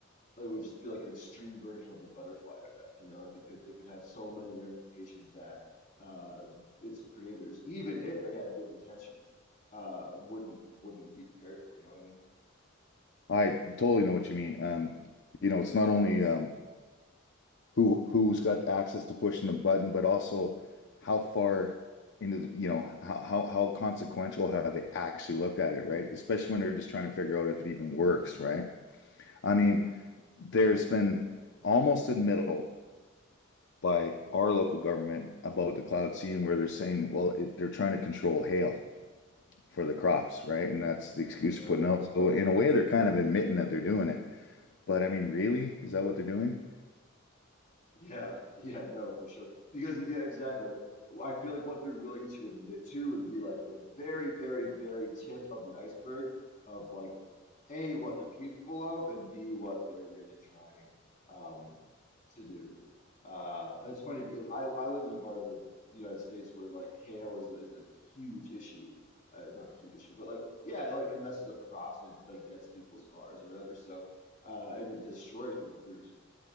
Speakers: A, on the left (about 40°); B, on the left (about 60°).
A: it would just be like an extreme version of the butterfly effect, you know, like it could it could have so many ramifications that uh, its creators, even if they had good intentions, uh, wouldn't wouldn't be prepared for, you know what I mean?
B: I totally know what you mean. Um, you know, it's not only um, who who's got access to pushing the button, but also how far into the, you know, how how how consequential have they actually looked at it, right? Especially when they're just trying to figure out if it even works, right? I mean, there's been almost a middle by our local government about the cloud seeding, where they're saying, well, it, they're trying to control hail for the crops, right? And that's the excuse
A: Uh,
B: they're putting out. So in a way, they're kind of admitting that they're doing it. But I mean, really, is that what they're doing?
A: Yeah, yeah, no, for sure. Because yeah, exactly. Like, I feel like what they're willing to admit to would be like the very, very, very tip of the iceberg of like A, what they're capable of, and B, what they're really trying um to do. Uh that's funny because I I live in a part of the United States where like hail is a is a huge issue. Uh, not a huge issue, but like yeah, like it messes up crops and it like dents people's cars or whatever. So uh and it destroys people's roofs.